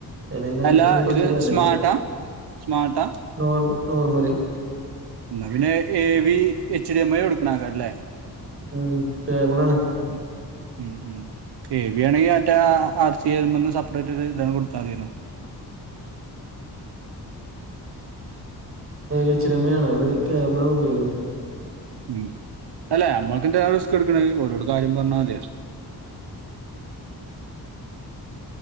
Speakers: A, on the right (about 35°); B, on the right (about 85°).
A: അലേപിന്നെ
B: അല്ല
A: അയ്മേ കളിച്ചിട്ട്
B: ഇത്
A: കാരി ല്ലല്ലോ
B: സ്മാർട്ടാ സ്മാർട്ടാ
A: നോർമല്നോർമല്
B: എന്നാ പിന്നെ ഏ വി എച്ച് ടമ്മായി കൊടുക്കണ കാരം ലേ
A: ഉം ട്ടേബ്ലാണ്
B: ഉം ഉം ഉം എേവി ആണെങ്കിൽ മറ്റേ ആർച്ചകലേ മെന്ന് സെപ്പറേറ്റ് ഇതാണ് കൊടുത്താൽ മതീലൊ
A: എച്ച് ഡ എം എ ആണ് ഒരു കേബിളാ ആണ് ഉപയോഗിക്കുന്നത്
B: ഉം അല്ല നമ്മക്ക് എന്തിനാ റിസ്ക് എടുക്കണേ ഒരോട് കാര്യം പറഞ്ഞാൽ മതിയല്ലോ